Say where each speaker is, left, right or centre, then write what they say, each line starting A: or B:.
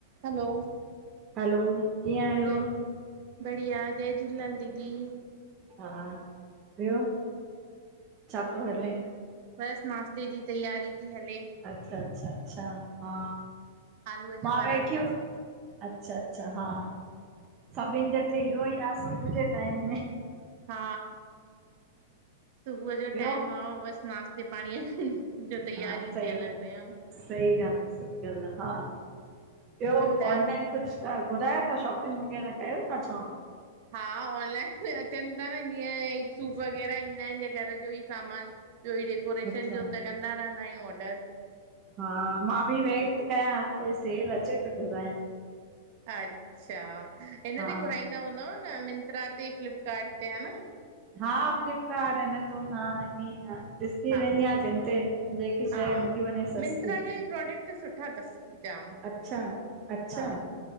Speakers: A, on the right; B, on the right.
A: हलो!
B: Hello, कीअं आहियो?
A: जय बढ़िया, जय झूलेलाल दीदी।
B: हा ॿियो, छा थो हले?
A: बस नाश्ते जी तैयारी थी हले।
B: अच्छा- अच्छा अच्छा, हा
A: आलूअ जा
B: मां
A: पराठा
B: वेठी हुय अच्छा -अच्छा, हा- हा, सचिन जे त इहो ही आह सुबुह जे टाइम में।
A: हा सुबुह
B: ॿियो
A: जो टाइम आ बस नास्तो नाश्ते पाणीअ जो तयारियूं
B: हा सही
A: थी हलन
B: ॻाल्हि
A: पियूं।
B: आ। सही ॻाल् आ, हा ॿियो,
A: ॿियो ॿुधायो
B: ऑनलाइन कुछ त गुरायो तां शॉपिंग वग़ैरह कयो था चव?
A: हा, ऑनलाइन अचन था न जीअं सूप वग़ैरह ईंदा आहिन घर जो ही सामान। ॿियो ई डेकोरेशन
B: अच्छा
A: जो त कंदा रहंदा आहियूं ऑडर।
B: हा, मां बि वेट थी कयां हाणे कोई सेल अचे त घुरायां।
A: अच्छा, हिन
B: हा
A: ते घुराईंदा हूंदव न मिंत्रा ते, फ्लिपकार्ट ते, हेन।
B: हा फ्लिपकार्ट, अमेज़ोन आ, इंय ही आ। ॾिसंदी
A: हा
B: रहंदी आहियां, जिते जेकी
A: हा
B: शय मिली वञे सस्ती।
A: मिंत्रा जा ई प्रोडक्ट सुठा अथसि जाम
B: अच्छा -अच्छा
A: हा